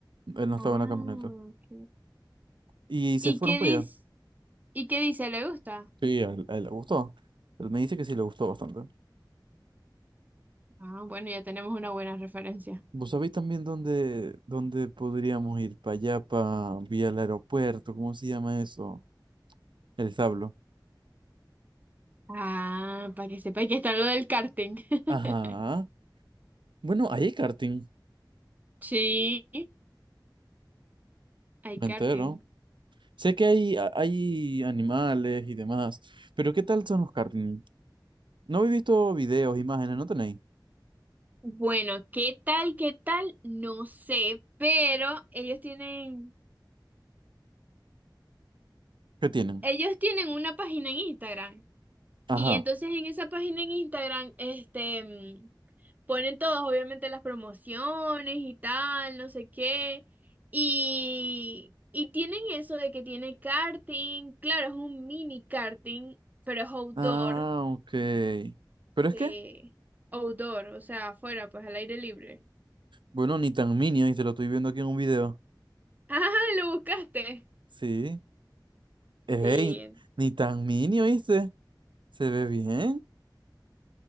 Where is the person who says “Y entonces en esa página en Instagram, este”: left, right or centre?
Right